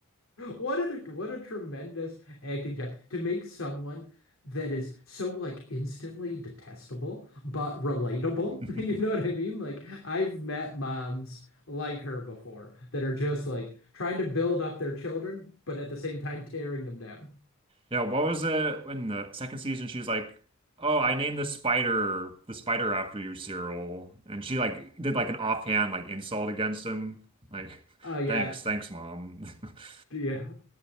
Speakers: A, on the left (about 80°); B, on the right (about 25°).
A: What a what a tremendous acting job to make someone that is so like instantly detestable but relatable.
B: <laughs>
A: <laughs> You know what I mean? Like I've met moms like her before that are just like trying to build up their children, but at the same time tearing them down.
B: Yeah, what was it in the second season? She was like, "Oh, I named the spider the spider after you, Cyril," and she like did like an offhand like insult against him. Like, <laughs>
A: Oh yeah,
B: thanks, thanks, mom. <laughs>
A: Yeah.